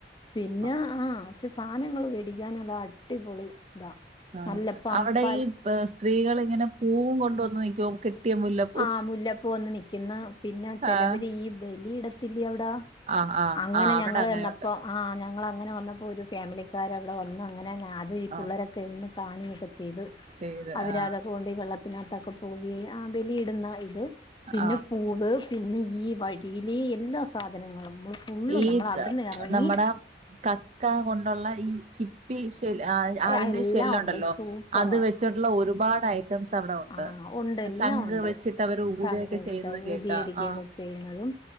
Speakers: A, on the left; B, on the right.
A: പിന്നെ ആഹ്
B: ആ
A: ആശ് സാധനങ്ങള് വേടിക്കാൻ അത് അടിപൊളി ഇതാ
B: ആഹ്
A: നല്ല പമ്പാൽ
B: അവിടെ ഈ സ്ത്രീകൾ ഇങ്ങനെ പൂവും കൊണ്ടുവന്ന് നനക്കോ കെട്ടിയ മുല്ലപ്പൂ
A: ആഹ് മുല്ലപ്പൂ വന്ന് നിക്കുന്നു പിന്നെ ചെലവര്
B: ആഹ്
A: ഈ ബലിയിടത്തില്ലേ അവിട
B: ആഹ് ആഹ്
A: അങ്ങനെ
B: ആഹ് അവിടെ
A: ഞങ്ങള്
B: അങ്ങനെയുണ്ട്
A: ചെന്നപ്പോ ആഹ് ഞങ്ങളങ്ങന വന്നപ്പോ ഒരു ഫാമിലിക്കാര് അവിടെ വന്ന് അങ്ങനെ അത്
B: ആഹ്
A: പുള്ളര ന്ന് കാണ്കേക്ക ചെയ്ത്
B: ചെയ്ത്
A: അവരാ
B: ആഹ്
A: അതൊക്ക കൊണ്ട് ഈ വെള്ളത്തിനാട്ടക്ക തൂവി ബലിയിടുന്ന ഇത് പിന്ന
B: ആഹ്
A: പൂവ് പിന്നെ ഈ വഴിയില് എല്ലാ സാധനങ്ങളും നമ്മള് ഫുള്ളും
B: ഈ
A: നമ്മൾ അവിടുന്ന് എറങ്ങി
B: നമ്മടെ കക്ക കൊണ്ടുള്ള ഈ ചി പ്പി ഷെൽ അതിന്റെ
A: എല്ലാം
B: ശെല്ലൊണ്ടല്ലോ
A: ഉണ്ട് സൂപ്പറാ
B: അത് വെച്ചിട്ടൊള്ള ഒരുപാട് ഐ റ്റംസ് അവിടെ ഒണ്ട്
A: ആഹ് ഉണ്ട് എല്ലാം
B: ശംഖ്
A: ഉണ്ട്
B: വെച്ചിട്ട് അവര് ഊതേക്ക
A: ശംഖുച്ച
B: ചെയ്തത് കേക്കാം
A: ഊതിയടിക്കുകയൊക്കെ
B: ആഹ്
A: ചെയ്യുന്നതും